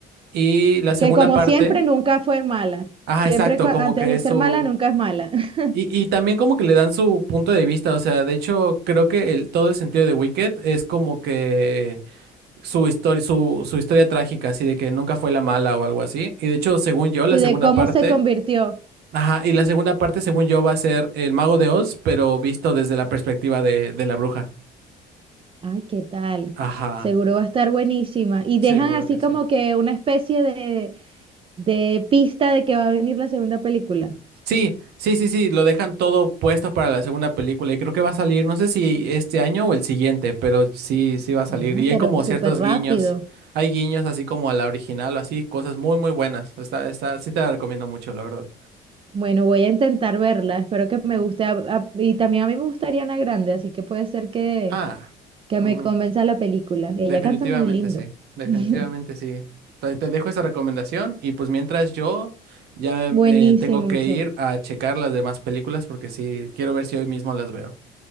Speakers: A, on the right (about 75°); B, on the right (about 30°).
A: Y la segunda
B: Que como
A: parte,
B: siempre nunca fue mala.
A: ajá,
B: Siempre
A: exacto,
B: cua-
A: como
B: antes
A: que
B: de
A: es
B: ser
A: su...
B: mala, nunca es mala. <laughs>
A: Y, y también como que le dan su punto de vista, o sea, de hecho creo que el, todo el sentido de Wicked es como que su historia, su, su historia trágica, así de que nunca fue la mala o algo así. Y de hecho, según yo, la
B: Y
A: segunda
B: De cómo
A: parte,
B: se convirtió.
A: ajá, y la segunda parte, según yo, va a ser el Mago de Oz, pero visto desde la perspectiva de, de la bruja.
B: Ay, ¿qué tal?
A: Ajá,
B: Seguro va a estar buenísima. Y
A: seguro
B: dejan así
A: que sí.
B: como que una especie de, de pista de que va a venir la segunda película.
A: Sí, sí, sí, sí, lo dejan todo puesto para la segunda película y creo que va a salir, no sé si este año o el siguiente, pero sí, sí va a salir.
B: Ah,
A: Y
B: pero
A: hay como
B: súper
A: ciertos
B: rápido.
A: guiños, hay guiños así como a la original o así, cosas muy, muy buenas. Está, está, sí te la recomiendo mucho, la verdad.
B: Bueno, voy a intentar verla. Espero que me
A: Bien.
B: guste. a- a- y también a mí me gustaría Ana Grande, así que puede ser que,
A: Ah,
B: que
A: ujú,
B: me convenza la película. Ella
A: Definitivamente
B: canta muy lindo.
A: sí, definitivamente
B: <laughs>
A: sí. Te, te dejo esa recomendación y pues mientras yo ya
B: Buenísimo,
A: eh, tengo que
B: Michelle.
A: ir a checar las demás películas porque sí, quiero ver si hoy mismo las veo.